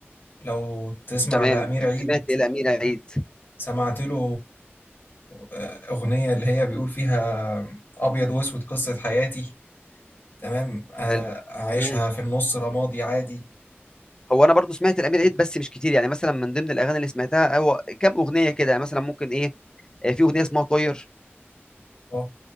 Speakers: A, on the left (about 50°); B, on the left (about 20°).
A: لو تسمع
B: تمام
A: لامير عيد
B: سمعت الامير عيد
A: سمعت له آه، اغنيه اللي هي بيقول فيها ابيض واسود قصه حياتي تمام آه،
B: حلو
A: اعيشها
B: مم.
A: في النص رمادي عادي
B: هو انا برضو سمعت الامير عيد بس مش كتير يعني مثلا من ضمن الاغاني اللي سمعتها هو كام اغنيه كده يعني مثلا ممكن ايه آه، في اغنيه اسمها طاير
A: اه